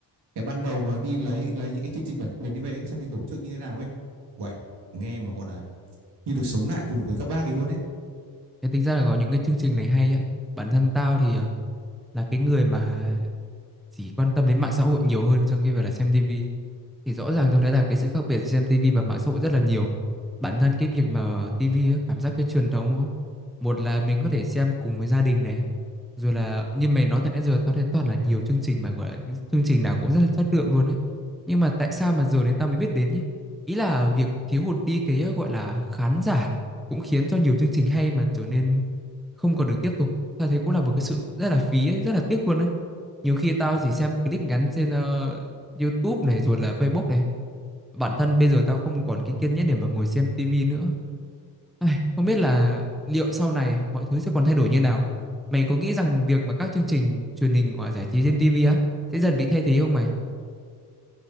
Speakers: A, on the right; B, in the centre.
A: cái ban đầu mà đi lấy lấy những cái chương trình bản quyền đi về xem thì tổ chức như thế nào ấy uầy nghe mà gọi là như được sống lại cùng với các bác ấy luôn ấy
B: Thế tính ra là có những cái chương trình này hay á. Bản thân tao thì à, là cái người mà chỉ quan tâm đến mạng xã hội nhiều hơn trong khi phải là xem tivi. thì rõ ràng tôi thấy là cái sự khác biệt giữa xem tivi và mạng xã hội rất là nhiều bản thân cái việc mà tivi á, cảm giác cái truyền thống đúng không một là mình có thể xem cùng với gia đình này rồi là như mày nói từ nãy giờ tao thấy toàn là nhiều chương trình mà gọi là cái chương trình nào cũng rất là chất lượng luôn ấy nhưng mà tại sao mà giờ đến tao mới biết đến nhé ý là việc thiếu hụt đi cái gọi là khán giả cũng khiến cho nhiều chương trình hay mà trở nên không còn được tiếp tục tao thấy cũng là một cái sự rất là phí ấy, rất là tiếc luôn đấy nhiều khi tao chỉ xem clip ngắn trên ờ, YouTube này rồi là Facebook này. Bản thân bây giờ tao không còn cái kiên nhẫn để mà ngồi xem TV nữa. Ai, không biết là liệu sau này mọi thứ sẽ còn thay đổi như nào. Mày có nghĩ rằng việc mà các chương trình truyền hình và giải trí trên TV á sẽ dần bị thay thế không mày?